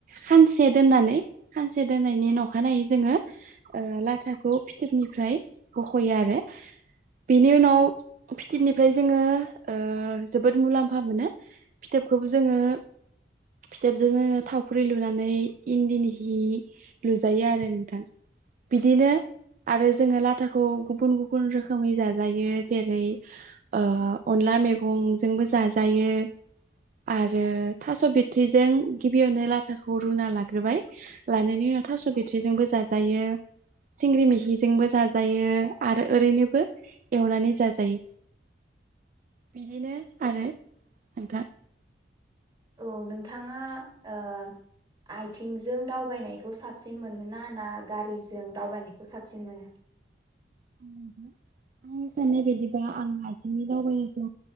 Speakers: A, on the right; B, on the right.
A: खानसे दोननानै खानसे दोननायनि अखानायै जोङो लाथाखौ फिथोबनिफ्राय बख'यो आरो बेनि उनाव फिथोबनिफ्राय जोङो ओ जोबोद मुलाम्फा मोनो फिथोबखौबो जोङो फिथोबजो जों थावख्रि लुनानै इन्दिनि हि लुजायो आरो नोंथां बिदिनो आरो जोङो लाथाखौ गुबुन गुबुन रोखोमै जाज जायो जेरै ओ अनला मेगंजोंबो जाजायो आरो थास' बिथ्रिजों गिबियावनो लाथाखौ रुना लाग्रोबाय लानायनि उनाव थास' बिथ्रिजोंबो जाजायो सिंग्रि मैखिजोंबो जाजायो आरो ओरैनोबो नानै जाजायो बिदिनो आरो नोंथां
B: औ नों थाङा ओ आइथिंजों दावबायनायखौ साबसिन मोनोना ना ना गारिजों दावबायनायखौ साबसिन मोनो
A: आंनि साननाय बायदिबा आं आइथिंजों दावबायनायखौ